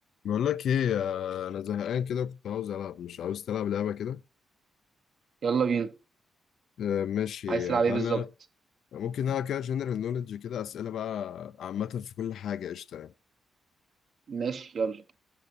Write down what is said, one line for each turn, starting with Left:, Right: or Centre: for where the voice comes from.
Left: بقول لك ايه آه، انا زهقان كده كنت عاوز العب مش عاوز تلعب لعبه كده
Right: يلا بينا
Left: آه، ماشي
Right: عايز تلعب
Left: آه، تعالى
Right: ايه بالظبط
Left: نلعب ممكن نلعب كده جنرال نوليدج كده اسئله بقى عامه في كل حاجه قشطه يعني
Right: ماشي يلا